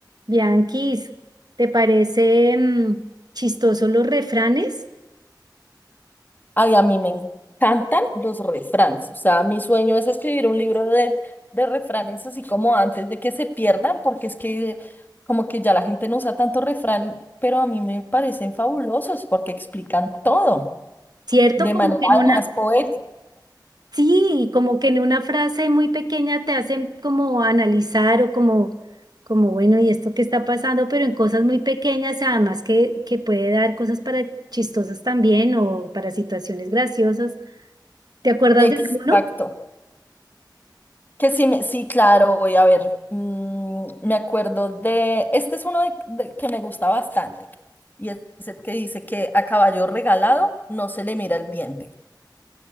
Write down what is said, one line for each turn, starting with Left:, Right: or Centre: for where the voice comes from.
Right: Bianquis, ¿te parece mm, chistoso los refranes?
Left: Ay, a mí me encantan los refranes. O sea, mi sueño es escribir un libro de, de refranes así como antes de que se pierdan, porque es que como que ya la gente no usa tanto refrán, pero a mí me parecen fabulosos porque explican todo
Right: ¿Cierto?
Left: de
Right: Como
Left: manera
Right: que en una,
Left: más poética.
Right: sí, como que en una frase muy pequeña te hacen como analizar o como, como bueno, ¿y esto qué está pasando? Pero en cosas muy pequeñas, además que, que puede dar cosas para chistosas también o para situaciones graciosas. ¿Te acuerdas
Left: Exacto.
Right: de alguno?
Left: Que sí, me, sí, claro, voy a ver. mm, me acuerdo de, este es uno de- de- que me gusta bastante, y es el que dice que a caballo regalado no se le mira el diente.